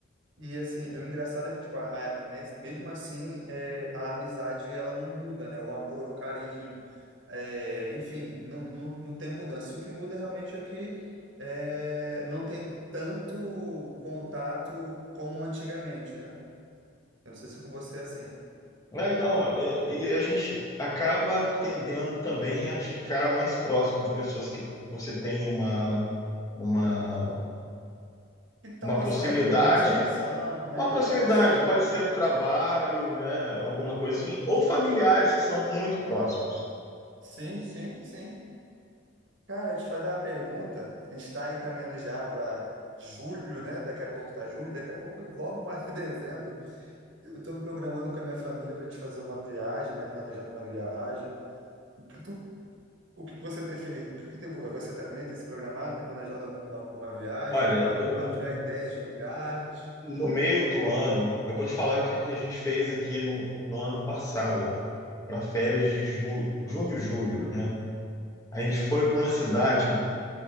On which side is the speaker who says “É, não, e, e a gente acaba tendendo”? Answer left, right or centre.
Left